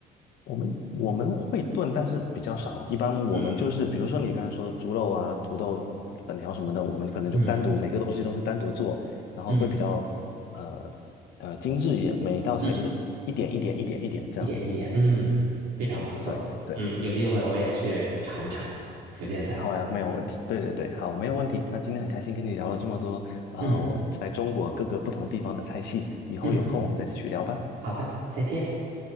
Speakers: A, on the left (about 75°); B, on the right (about 85°).
A: 我们我们会炖，但是比较少。一般我们就是，
B: 嗯
A: 比如说你刚才说猪肉啊、土豆粉条什么的，我们可能就单独每个东西都是单独做，
B: 嗯
A: 然后会比较呃呃精致一点，
B: 嗯
A: 每一道菜就是一点一点一点一点这样子。
B: 嗯，一点一点，嗯，非常不错。
A: 对对对，
B: 嗯，有机会我也去尝一尝福建菜。
A: 好呀，没有问题。对对对，好，没有问题。那今天很开心跟你聊了这么多啊、
B: 嗯
A: 我在中国各个不同地方的菜系，以后有空我们再继续聊吧。
B: 嗯，好的，再见。